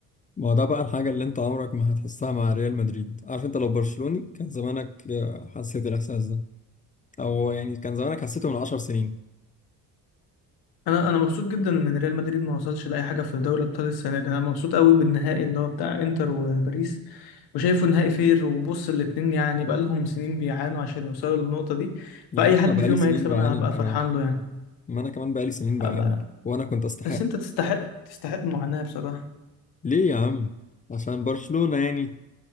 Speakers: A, on the left; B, on the left.
A: ما هو ده بقى الحاجة اللي انت عمرك ما هتحسها مع ريال مدريد عارف انت لو برشلوني كان زمانك آه، حسيت الإحساس ده أو يعني كان زمانك حسيته من عشر سنين
B: انا انا مبسوط جدا ان ريال مدريد ما وصلش لاي حاجه في دوري الابطال السنه دي انا مبسوط قوي بالنهائي اللي هو بتاع انتر وباريس وشايفه نهائي فير وبص الاتنين يعني بقالهم سنين بيعانوا عشان يوصلوا للنقطه دي
A: يا
B: فاي
A: عم أنا
B: حد
A: بقالي
B: فيهم
A: سنين
B: هيكسب
A: بعاني
B: انا هبقى
A: أنا كمان
B: فرحان له يعني
A: ما أنا كمان بقالي سنين بعاني
B: هبقى
A: وأنا كنت أستحق
B: بس انت تستحق تستحق المعاناه بصراحه
A: ليه يا عم عشان برشلونة يعني